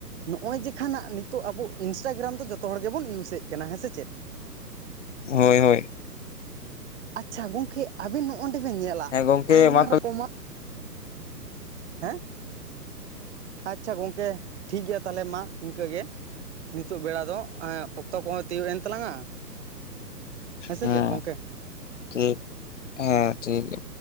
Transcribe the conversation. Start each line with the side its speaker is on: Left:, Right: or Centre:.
Right: ᱱᱚᱜᱼᱚᱭ ᱡᱮᱠᱷᱱᱟᱜ ᱱᱤᱛᱚᱜ ᱟᱵᱚ ᱤᱱᱥᱴᱟᱜᱨᱟᱢ ᱫᱚ ᱡᱚᱛᱚ ᱦᱚᱲ ᱜᱮᱵᱚᱱ ᱤᱭᱩᱡᱮᱫ ᱠᱟᱱᱟ ᱦᱮᱸ ᱥᱮ ᱪᱮᱫ?
Left: ᱦᱳᱭ ᱦᱳᱭ
Right: ᱟᱪᱪᱷᱟ ᱜᱚᱝᱠᱮ ᱟᱵᱤᱱ ᱱᱚᱜᱼᱱᱚᱰᱮ ᱵᱮᱱ ᱧᱮᱞᱟ
Left: ᱦᱮᱸ ᱜᱚᱝᱠᱮ
Right: ᱟᱭᱢᱟ
Left: ᱢᱟ ᱛᱚᱵᱮ
Right: ᱨᱚᱠᱚᱢᱟᱜ᱾ ᱦᱮᱸ ᱟᱪᱪᱷᱟ ᱜᱚᱝᱠᱮ ᱴᱷᱤᱠ ᱜᱮᱭᱟ ᱛᱟᱦᱚᱞᱮ ᱢᱟ ᱤᱱᱠᱟᱹ ᱜᱮ ᱱᱤᱛᱚᱜ ᱵᱮᱲᱟ ᱫᱚ᱾ ᱚᱠᱛᱚ ᱠᱚᱦᱚᱸ ᱛᱤᱭᱳᱜ ᱮᱱ ᱛᱟᱞᱟᱝᱼᱟ ᱦᱮᱸᱥᱮ
Left: ᱦᱮᱸ
Right: ᱪᱮᱫ ᱜᱚᱝᱠᱮ?
Left: ᱴᱷᱤᱠ ᱦᱮᱸ ᱴᱷᱤᱠ ᱜᱮᱭᱟ᱾